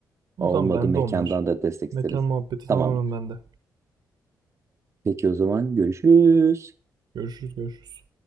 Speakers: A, on the right; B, on the right.
A: O
B: Olmadı
A: zaman bende
B: mekandan
A: onlar.
B: da destek
A: Mekan
B: isteriz.
A: muhabbeti
B: Tamamdır.
A: tamamen bende.
B: Peki o zaman görüşürüz.
A: Görüşürüz görüşürüz.